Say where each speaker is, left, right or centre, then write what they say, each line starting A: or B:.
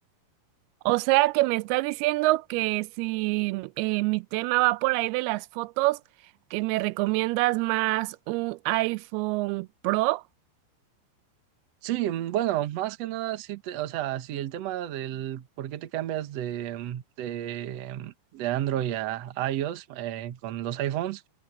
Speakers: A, on the right; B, on the right.
A: O sea que me estás diciendo que si eh, mi tema va por ahí de las fotos, que me recomiendas más un iPhone Pro.
B: Sí, mm, bueno, más que nada, sí te, o sea, si el tema del por qué te cambias de, mm, de, mm, de Android a iOS eh, con los iPhones,